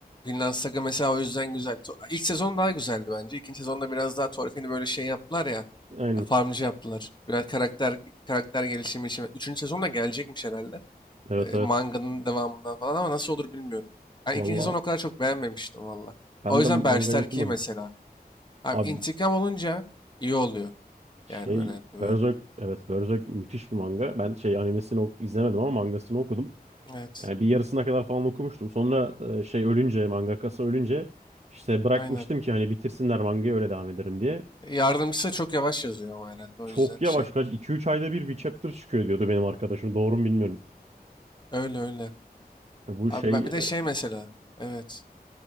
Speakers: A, on the left; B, on the right.
A: Vinland Saga mesela o yüzden güzel. To- İlk sezon daha güzeldi bence. İkinci sezonda biraz daha Thorfinn'i böyle şey yaptılar ya.
B: Aynen.
A: e, Farmcı yaptılar. Biraz karakter karakter gelişimi için. Üçüncü sezon da gelecekmiş herhalde.
B: Evet
A: Ee,
B: evet.
A: manganın devamından falan ama nasıl olur bilmiyorum. Ben
B: Valla
A: ikinci sezonu o kadar çok beğenmemiştim valla.
B: ben
A: O yüzden
B: de mangayı
A: Berserk
B: okumadım.
A: iyi mesela. Abi
B: Abi
A: intikam olunca iyi oluyor.
B: şey
A: Yani böyle böyle.
B: Berserk evet Berserk müthiş bir manga. Ben şey animesini ok- izlemedim ama mangasını okudum.
A: Evet.
B: Yani bir yarısına kadar falan okumuştum. Sonra e, şey ölünce mangakası ölünce işte bırakmıştım
A: Aynen.
B: ki hani bitirsinler mangayı öyle devam ederim diye.
A: Yardımcısı da çok yavaş yazıyor ama herhalde o
B: Çok
A: yüzden
B: yavaş
A: şey.
B: kaç iki üç ayda bir bir chapter çıkıyor diyordu benim arkadaşım. Doğru mu bilmiyorum.
A: Öyle öyle.
B: Ya Bu
A: Abi
B: şey
A: ben, bir
B: e,
A: de şey mesela. Evet.